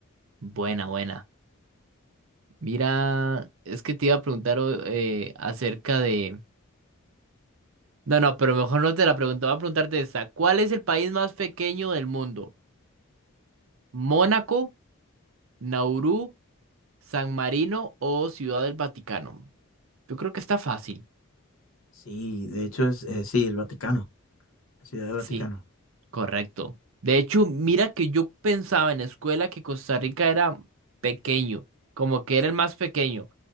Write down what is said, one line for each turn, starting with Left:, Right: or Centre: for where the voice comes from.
Right: Buena, buena. Mira, es que te iba a preguntar o- eh, acerca de... No, no, pero mejor no te la pregunto, voy a preguntarte esta. ¿Cuál es el país más pequeño del mundo? ¿Mónaco, Nauru, San Marino o Ciudad del Vaticano? Yo creo que está fácil.
Left: Sí, de hecho es, eh, sí, el Vaticano, la Ciudad del Vaticano.
Right: sí. Correcto. De hecho, mira que yo pensaba en la escuela que Costa Rica era pequeño, como que era el más pequeño,